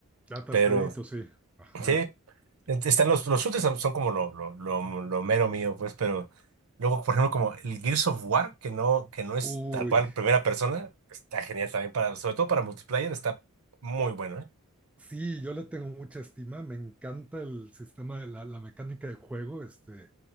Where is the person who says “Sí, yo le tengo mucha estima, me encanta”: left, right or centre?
Centre